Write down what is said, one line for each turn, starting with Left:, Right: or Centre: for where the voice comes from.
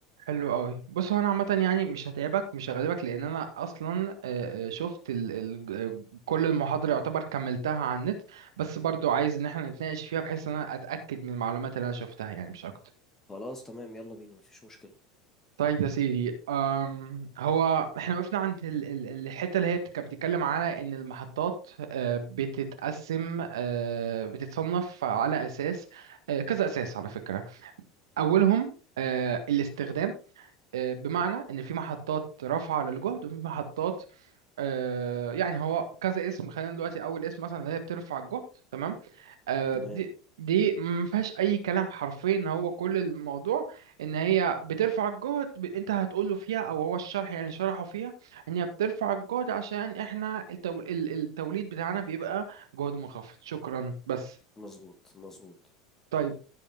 Right: حلو قوي بص هو انا عامه يعني مش هتعبك مش هغلبك لان انا اصلا آه، آه، شفت ال ال آه، كل المحاضره يعتبر كملتها على النت بس برضو عايز ان احنا نتناقش فيها بحيث ان انا اتاكد من المعلومات اللي انا شفتها يعني مش اكتر
Left: خلاص تمام يلا بينا ما فيش مشكله
Right: طيب يا سيدي أم هو احنا وقفنا عند ال ال الحته اللي هي بت- كانت بتتكلم على ان المحطات آه، بتتقسم آه، بتتصنف على اساس آه، كذا اساس على فكره اولهم آه، الاستخدام آه، بمعنى ان في محطات رافعه للجهد وفي محطات آه، يعني هو كذا اسم خلينا دلوقتي اول اسم مثلا اللي هي بترفع الجهد تمام آه،
Left: تمام
Right: دي دي ما فيهاش اي كلام حرفيا ان هو كل الموضوع ان هي بترفع الجهد ب- انت هتقول له فيها او هو الشرح يعني شرحه فيها ان هي بترفع الجهد عشان احنا التو- ال- التوليد بتاعنا بيبقى جهد منخفض شكرا بس
Left: مظبوط مظبوط
Right: طيب